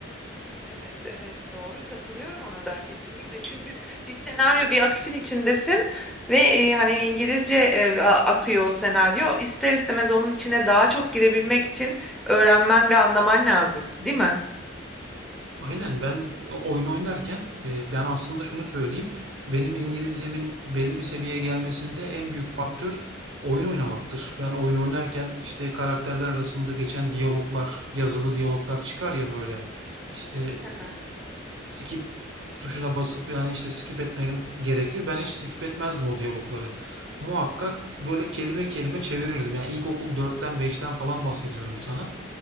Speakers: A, in the centre; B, on the right.
A: Evet, evet doğru katılıyorum ona da kesinlikle. Çünkü bir senaryo bir akışın içindesin ve e, hani İngilizce e, a- akıyor o senaryo. İster istemez onun içine daha çok girebilmek için öğrenmen ve anlaman lazım, değil mi?
B: Aynen ben o- oyun oynarken e, ben aslında şunu söyleyeyim. Benim İngilizcemin belli bir seviyeye gelmesinde en büyük faktör oyun oynamaktır. Ben oyun oynarken işte karakterler arasında geçen diyaloglar, yazılı diyaloglar çıkar ya böyle. İşte
A: Hı hı.
B: e, skip tuşuna basıp yani işte skip etmen gerekir. Ben hiç skip etmezdim o diyalogları. Muhakkak böyle kelime kelime çevirirdim. Yani ilkokul dörtten beşten falan bahsediyorum sana.